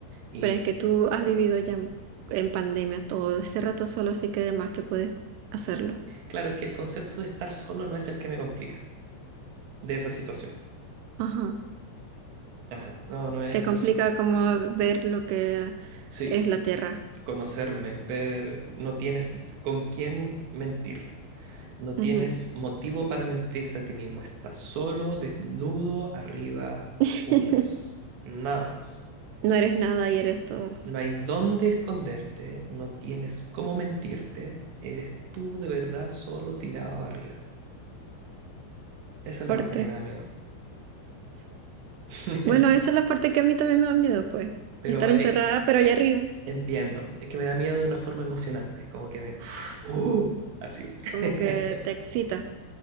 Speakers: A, on the right; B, on the right.
A: Y
B: Pero es que tú has vivido ya en en pandemia todo ese rato solo, así que además que puedes hacerlo.
A: claro, es que el concepto de estar solo no es el que me complica de esa situación.
B: Ajá.
A: Ajá, no, no es
B: Te
A: estar
B: complica
A: solo.
B: como ver lo que
A: Sí,
B: es la Tierra.
A: conocerme, ver, no tienes con quién mentir. No tienes
B: Ujú.
A: motivo para mentirte a ti mismo. Estás solo, desnudo, arriba
B: <laughs>
A: un mes. Nada.
B: No eres nada y eres todo.
A: No hay dónde esconderte, no tienes cómo mentirte. Eres tú de verdad solo tirado arriba. Esa es la
B: Fuerte.
A: parte que me da miedo. <laughs>
B: Bueno, esa es la parte que a mí también me da miedo, pues.
A: Pero
B: Y estar
A: eh,
B: encerrada, pero allá arriba.
A: entiendo, es que me da miedo de una forma emocionante, como que me... ¡uh! así. <laughs>
B: Como que te excita.